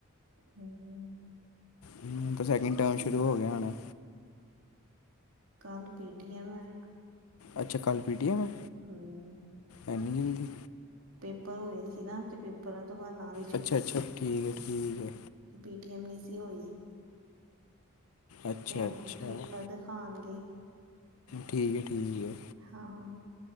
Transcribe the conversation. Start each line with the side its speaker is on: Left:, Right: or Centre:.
Right: ਹੂੰ
Left: ਹੂੰ ਹੁਣ ਤਾਂ ਸੈਕਿੰਡ ਟਰਮ ਸ਼ੁਰੂ ਹੋ ਗਿਆ ਹੋਣੈ।
Right: ਕੱਲ ਪੀਟੀਐਮ ਐ।
Left: ਅੱਛਾ ਕੱਲ ਪੀਟੀਅਮ ਏ?
Right: ਹਮ
Left: ਏਨੀ ਜਲਦੀ
Right: ਪੇਪਰ ਹੋਏ ਨੀ ਸੀ ਨਾ ਤੇ ਪੇਪਰਾਂ ਤੋਂ ਬਾਦ ਨਾਲ ਈ
Left: ਅੱਛਾ-ਅੱਛਾ, ਠੀਕ ਐ ਠੀਕ ਐ।
Right: ਪੀਟੀਐਮ ਨੀ ਸੀ ਹੋਈ।
Left: ਅੱਛਾ
Right: ਤੇ ਹੁਣ
Left: ਅੱਛਾ
Right: ਪੇਪਰ ਦਿਖਾਣਗੇ।
Left: ਠੀਕ ਐ ਠੀਕ ਐ।
Right: ਹਾਂ,